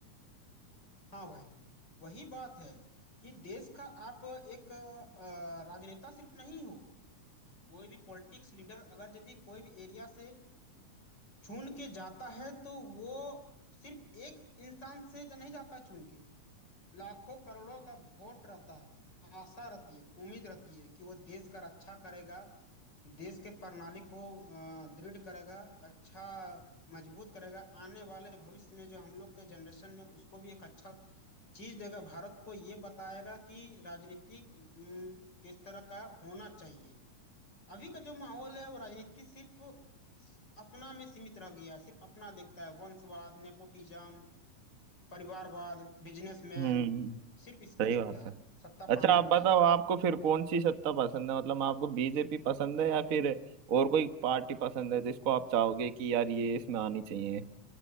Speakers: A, on the left (about 35°); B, on the right (about 65°).
A: हाँ भाई वही बात है कि देश का आप एक अ, राजनेता सिर्फ नहीं हो कोई भी पॉलिटिक्स लीडर अगर यदि कोई भी एरिया से चुन के जाता है तो वो सिर्फ एक इंसान से जा नहीं जाता चुन के लाखों करोड़ों का वोट रहता है आशा रहती है उम्मीद रहती है कि वो देश का रक्षा करेगा देश के प्रणाली को अ, दृढ़ करेगा अच्छा मजबूत करेगा आने वाले भविष्य में जो हम लोग के जनरेशन में उसको भी एक अच्छा चीज देगा भारत को ये बताएगा कि राजनीतिक अम, किस तरह का होना चाहिए अभी का जो माहौल है वो राजनीति सिर्फ स- अपना में सीमित रह गया है। सिर्फ अपना देखता है वंशवाद नेपोटिज्म परिवारवाद बिजनेसमैन
B: हम्म
A: सिर्फ इसको
B: सही
A: देखता
B: बात है
A: है सत्ता
B: अच्छा
A: पाने
B: आप
A: के
B: बताओ
A: बाद
B: आपको फिर कौन सी सत्ता पसंद है मतलब आपको बीजेपी पसंद है या फिर और कोई पार्टी पसंद है जिसको आप चाहोगे कि यार ये इसमें आनी चाहिए